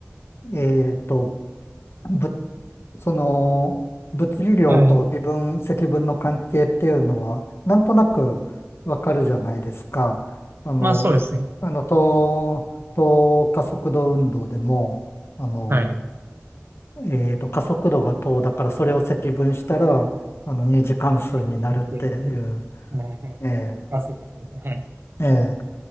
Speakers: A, on the left; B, on the right.
A: えっと、ぶ、その、物理量と微分、
B: はい。
A: 積分の関係っていうのは、なんとなくわかるじゃないですか。あの、
B: まあそうですね。
A: あの、等、等加速度運動でも、あの、
B: はい。
A: えっと、加速度が等だから、それを積分したら、あの、二次関数になるっていう、
B: やってみて。はいはい。
A: ええ
B: あ、そっかそっか。はい。
A: ええ